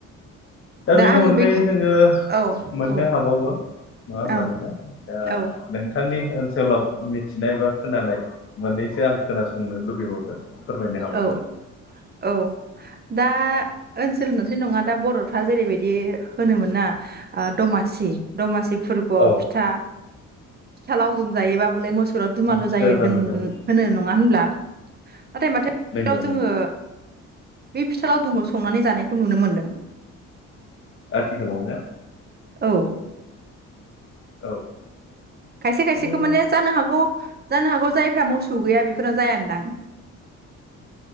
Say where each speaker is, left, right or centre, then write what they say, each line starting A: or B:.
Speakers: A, on the left; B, on the right.
A: दा बेनि
B: आङो
A: अनगायै
B: बे
A: जोङो
B: औ
A: मोननो
B: औ
A: हाबावो नङा होमबा
B: औ
A: नोंथां। दा
B: औ
A: नोंथांनि ओनसोलाव मिथिनाय बा खोनानाय मोननैसो आं खोनासंनो लुुबैबावदों फोरमायनो हाबावगोन
B: औ औ। दा ओनसोल होनथ' नङा दा बर'फ्रा जेरैबायदि होनोमोन ना दमासि दमासि फोरबोआव
A: औ
B: फिथा फिथा लावदुम जायोब बलाय मोसौ- सुर दुमालु
A: फिथा
B: जायो
A: लादु
B: होनो
A: जायो
B: नङा होनब्ला नाथाय माथो
A: नंगौ
B: <unintelligible> जोङो
A: नंगौ
B: बे फिथालाव दंखौ संनानै जानायखौ नुनो मोन्दों
A: आथिखालावनो
B: औ।
A: औ।
B: खायसे खायसेखौ
A: दा
B: माने जानो हागौ जानो हागौ जायफ्रा मोसौ गैया बेफोरनो जाया होनदां।